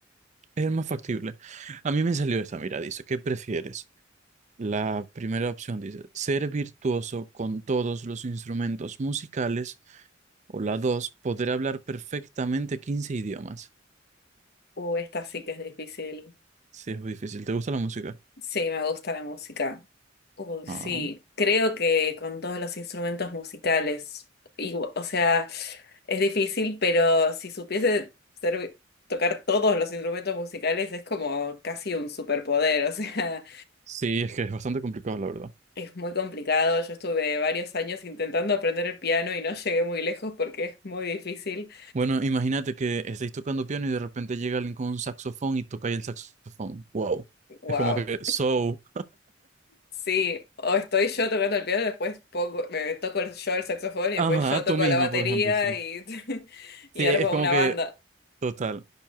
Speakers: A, on the right; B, on the left.
A: es el más factible. A mí me salió esta, mira, dice, ¿qué prefieres? La primera opción dice, ser virtuoso con todos los instrumentos musicales, o la dos, poder hablar perfectamente 15 idiomas.
B: Uh, esta sí que es difícil.
A: Sí, es muy difícil. ¿Te gusta la música?
B: Sí, me gusta la música. Uy,
A: Ah.
B: sí, creo que con todos los instrumentos musicales, igu- o sea, es difícil, pero si supiese ser- tocar todos los instrumentos musicales es como casi un superpoder, <laughs> o sea,
A: Sí, es que es bastante complicado, la verdad.
B: es muy complicado. Yo estuve varios años intentando aprender el piano y no llegué muy lejos porque es muy difícil.
A: Bueno, imagínate que estáis tocando piano y de repente llega alguien con un saxofón y toca ahí el saxofón. Wow.
B: Wow.
A: Es como que, so,
B: Sí, o estoy yo tocando el piano, después pongo- eh, toco el- yo el saxofón y
A: ajá,
B: después yo toco
A: tú misma,
B: la batería
A: por ejemplo, sí.
B: y, <laughs>
A: Sí,
B: y armo
A: es como
B: una
A: que,
B: banda.
A: total.